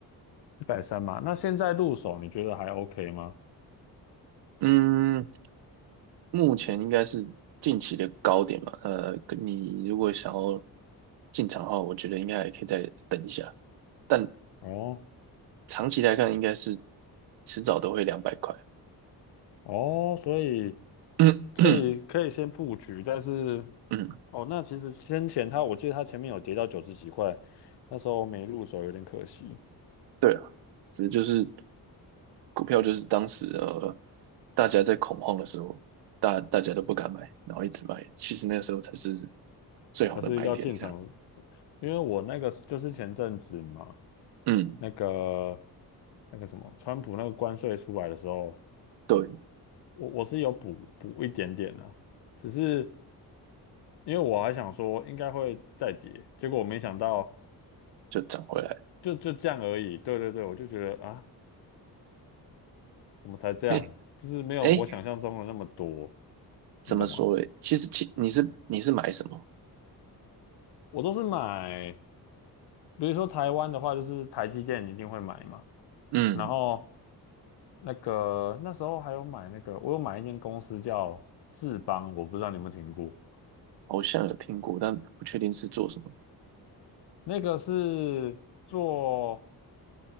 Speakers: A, on the left; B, on the right.
A: 一百三嘛，那现在入手你觉得还 OK 吗？
B: 嗯，目前应该是近期的高点吧。呃，你如果想要进场的话，我觉得应该还可以再等一下，但
A: 哦
B: 长期来看，应该是迟早都会两百块。
A: 哦，所以
B: <clears throat> 嗯
A: 可以可以先布局，但是
B: 嗯，
A: 哦，那其实先前他，我记得他前面有跌到九十几块，那时候没入手有点可惜。
B: 对啊，只是就是股票就是当时呃大家在恐慌的时候，大大家都不敢买，然后一直卖，其实那个时候才是最好的买点，
A: 可是要进场，
B: 这样。
A: 因为我那个就是前阵子嘛，
B: 嗯，
A: 那个那个什么，川普那个关税出来的时候，
B: 对，
A: 我我是有补补一点点啦、只是因为我还想说应该会再跌，结果我没想到
B: 就涨回来。
A: 就就这样而已。对对对，我就觉得啊，怎么才这样？
B: 嘿，
A: 就是没有我想象中的那么多，
B: 哎，怎么说诶？
A: 你懂吗？
B: 其实其你是你是买什么？
A: 我都是买，比如说台湾的话，就是台积电一定会买嘛。
B: 嗯，
A: 然后那个那时候还有买那个，我有买一间公司叫智邦，我不知道你有没有听过。
B: 好像有听过，但不确定是做什么。
A: 那个是做，